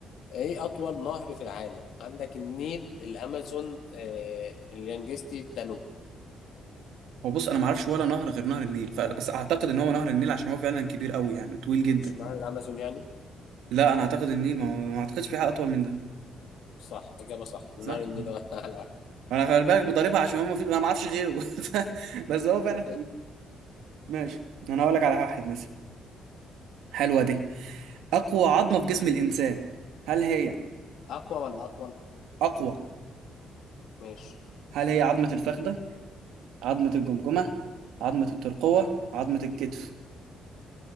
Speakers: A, on the left; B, on the right.
A: ايه اطول نهر في العالم عندك النيل الامازون آه اليانجستي الدانوب
B: هو بص انا ما اعرفش ولا نهر غير نهر النيل ف- بس اعتقد ان هو نهر النيل عشان هو فعلا كبير قوي يعني طويل جدا
A: مش نهر الامازون يعني
B: لا انا اعتقد النيل ما, ما اعتقدش في حاجه اطول من ده
A: صح اجابة صح
B: صح
A: نهر النيل
B: مم.
A: هو <laughs> اعلى
B: انا خلي بالك بضربها عشان هو ما في انا ما اعرفش غيره <laughs> بس هو فعلا
A: واحد
B: ماشي انا هقول لك على واحد مثلا حلوه دي اقوى عظمه في جسم الانسان هل هي
A: اقوى ولا اطول
B: اقوى
A: ماشي
B: هل هي عظمه الفخذه عظمه الجمجمه عظمه الترقوه عظمه الكتف